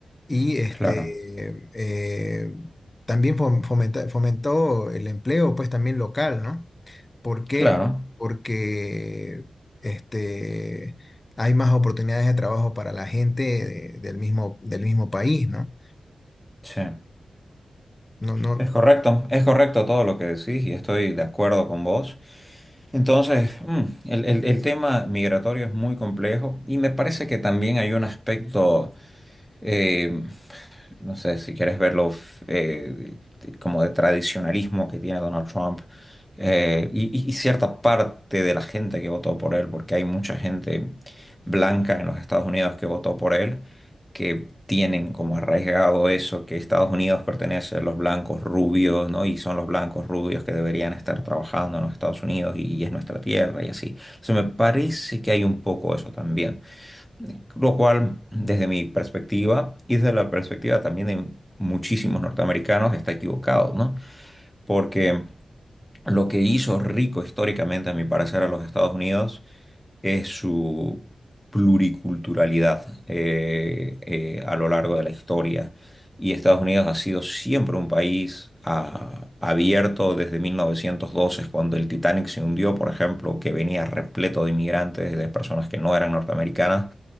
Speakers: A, on the left; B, in the centre.
A: y este,
B: claro,
A: eh, también fom- fomenta- fomentó el empleo, pues también local, ¿no? ¿Por qué?
B: claro.
A: Porque este, hay más oportunidades de trabajo para la gente de- del mismo, del mismo país, ¿no?
B: Sí.
A: No, no,
B: Es correcto, es correcto todo lo que decís y estoy de acuerdo con vos. Entonces, mm, el, el- el tema migratorio es muy complejo y me parece que también hay un aspecto eh, no sé, si quieres verlo eh, como de tradicionalismo que tiene Donald Trump, eh, y, y- y cierta parte de la gente que votó por él, porque hay mucha gente blanca en los Estados Unidos que votó por él, que tienen como arraigado eso, que Estados Unidos pertenece a los blancos rubios, ¿no? Y son los blancos rubios que deberían estar trabajando en los Estados Unidos y, y es nuestra tierra y así. O sea, me parece que hay un poco eso también. Lo cual, desde mi perspectiva y desde la perspectiva también de muchísimos norteamericanos, está equivocado, ¿no? Porque lo que hizo rico históricamente, a mi parecer, a los Estados Unidos es su pluriculturalidad eh, eh, a lo largo de la historia. Y Estados Unidos ha sido siempre un país ah, abierto desde 1912, cuando el Titanic se hundió, por ejemplo, que venía repleto de inmigrantes, de personas que no eran norteamericanas